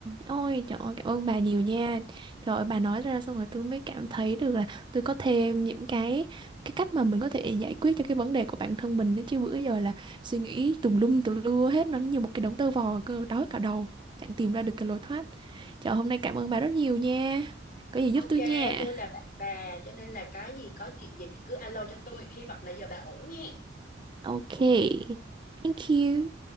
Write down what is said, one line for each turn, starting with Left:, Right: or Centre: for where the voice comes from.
Right: ôi trời ơi, cảm ơn bà nhiều nha Trời ơi, bà nói ra xong rồi tôi mới cảm thấy được là Tôi có thêm những cái Cái cách mà mình có thể giải quyết cho cái vấn đề của bản thân mình đó. Chứ bữa giờ là suy nghĩ tùm lum tùm lưa hết Nó như một cái đống tơ vò cơ đói cả đầu Chẳng tìm ra được cái lối thoát Trời hôm nay cảm ơn bà rất nhiều nha Có gì
Left: Ok,
Right: giúp tôi nha
Left: tôi là bạn bà cho nên là cái gì có chuyện gì thì cứ alo cho tôi. Hy vọng là giờ bà ổn nghe.
Right: Ok Thank you